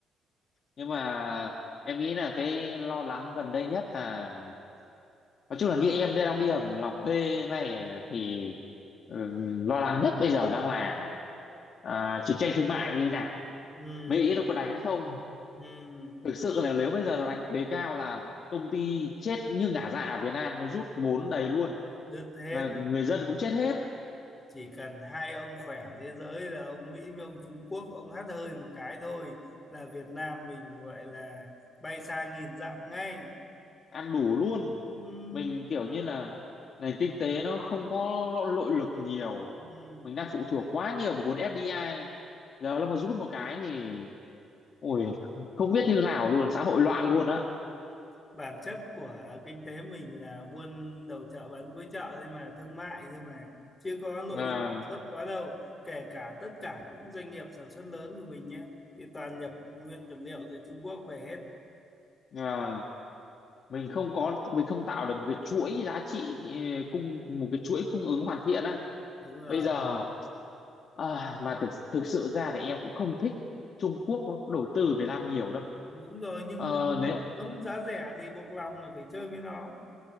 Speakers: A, on the left; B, on the left.
A: nhưng mà em nghĩ là cái lo lắng gần đây nhất là nói chung là như em đang đi làm, làm thuê này thì ừ, lo lắng nhất bây giờ đang là à, chiến tranh thương mại như nào
B: ừ,
A: Mỹ nó có đánh không
B: ừ,
A: thực sự là nếu bây giờ nó đánh thuế cao là công ty chết như ngả dạ ở Việt Nam nó rút vốn đầy luôn
B: đứt hết
A: là người dân cũng chết hết
B: chỉ cần hai ông khỏe thế giới là ông Mỹ với ông Trung Quốc ông hắt hơi một cái thôi là Việt Nam mình gọi là bay xa nghìn dặm ngay
A: ăn đủ luôn
B: ừ.
A: mình kiểu như là nền kinh tế nó không có lo- nội lực nhiều
B: Ừ,
A: mình đang phụ thuộc quá nhiều vào vốn FDI giờ nó mà rút một cái thì ôi không biết như nào luôn xã hội loạn luôn á
B: bản chất của kinh tế mình là buôn đầu chợ bán cuối chợ thôi mà thương mại thôi mà chứ có nội
A: à,
B: lực sản xuất quá đâu kể cả tất cả những doanh nghiệp sản xuất lớn của mình nhé thì toàn nhập nguyên vật liệu từ Trung Quốc về hết
A: à, mình không có mình không tạo được một cái chuỗi giá trị ừ, cung một cái chuỗi cung ứng hoàn thiện á
B: đúng rồi
A: bây giờ à, mà thực thực sự ra thì em cũng không thích Trung Quốc nó đầu tư Việt Nam nhiều đâu
B: đúng rồi nhưng
A: Ờ,
B: bây giờ
A: nếu
B: muốn giá rẻ thì buộc lòng là phải chơi với nó